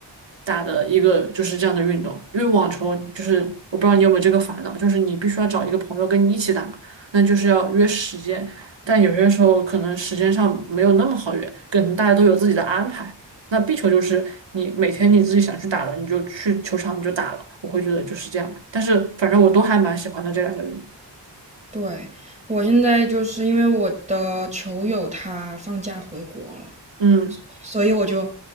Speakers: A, on the right (about 85°); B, on the right (about 15°).
A: 打的一个就是这样的运动。因为网球就是我不知道你有没有这个烦恼，就是你必须要找一个朋友跟你一起打嘛，那就是要约时间，但有些时候可能时间上没有那么好约，可能大家都有自己的安排。那壁球就是你每天你自己想去打了，你就去球场你就打了，我会觉得就是这样吧。但是反正我都还蛮喜欢的这两个人。
B: 对，我现在就是因为我的球友他放假回国了，
A: 嗯
B: 所以我就，